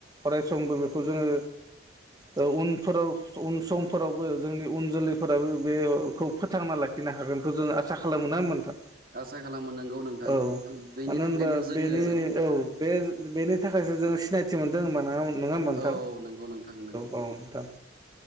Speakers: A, on the right; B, on the right.
A: अराय समबो बेखौ जोङो ओ उनफोराव उन सं फोरावबो जोंनि उन जोलैफोराबो बेखौ फोथांना लाखिनो हागोनखौ जोङो आसा खालामो। ना होमबा नोंथां?
B: आसा खालामो नोंगौ नोंथां
A: औ
B: बेनि
A: मानो
B: थाखायनो
A: होनबा
B: जोङो
A: बेनि औ बेज बेनि थाखायसो जों सिनायथि मोनदों होनबा नोङा नोङा होमबा नोंथां?
B: ओ औ औ नंगौ नोंथां नंगौ
A: औ औ नोंथां।